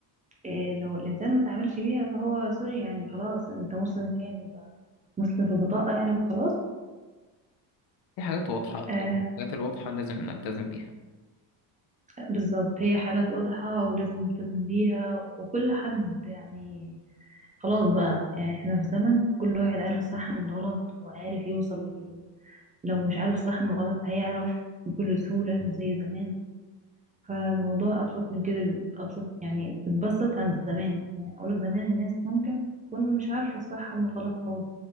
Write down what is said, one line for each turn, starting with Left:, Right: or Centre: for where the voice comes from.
Right: إيه لو الإنسان ما تعاملش بيها فهو سوري يعني خلاص أنت مسلم فين أنت مسلم في البطاقة يعني وخلاص
Left: في حاجات واضحة
Right: آه
Left: الحاجات الواضحة لازم نلتزم بيها
Right: بالظبط هي حالات واضحة ولازم نلتزم بيها وكل حد يعني خلاص بقى يعني احنا في زمن كل واحد عارف الصح من الغلط وعارف يوصل لو مش عارف الصح من الغلط هيعرف بكل سهولة مش زي زمان فالموضوع أبسط من كده أبسط يعني اتبسط عن زمان يعني أقولك زمان الناس ممكن تكون مش عارفة الصح من الغلط قوي